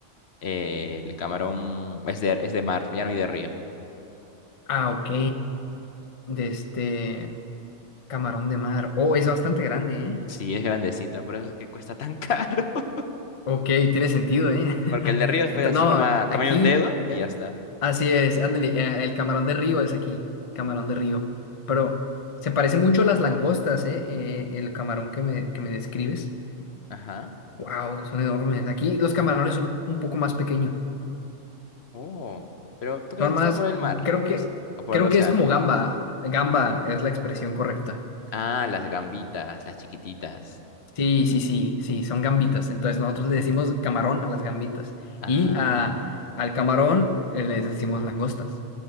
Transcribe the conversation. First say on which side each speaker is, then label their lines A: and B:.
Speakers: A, on the left (about 55°); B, on the left (about 40°).
A: Eh, el camarón es de, es de mar, ya no hay de río.
B: Ah, ok. De este camarón de mar. Oh, es bastante grande, ¿eh?
A: Sí, es grandecita, por eso es que cuesta tan caro. <laughs>
B: Ok, tiene sentido, ¿eh? <laughs>
A: Porque el de río fue
B: Entonces,
A: así
B: no,
A: nomás,
B: a- aquí...
A: tamaño de un dedo y ya está.
B: Así es, ándale, eh, el camarón de río es aquí, camarón de río. Pero se parece mucho a las langostas, ¿eh? Eh, el camarón que me, que me describes.
A: Ajá.
B: Wow, son enormes. Aquí los camarones son un poco más pequeños.
A: Oh, pero ¿tú crees
B: Son
A: que
B: más,
A: está por el mar?
B: creo que,
A: O s- o por
B: creo
A: el océano?
B: que es como gamba. Gamba es la expresión correcta.
A: Ah, las gambitas, las chiquititas.
B: Sí, sí, sí, sí, son gambitas. Entonces nosotros le decimos camarón a las gambitas.
A: Ah,
B: Y a- al camarón eh, les decimos langostas.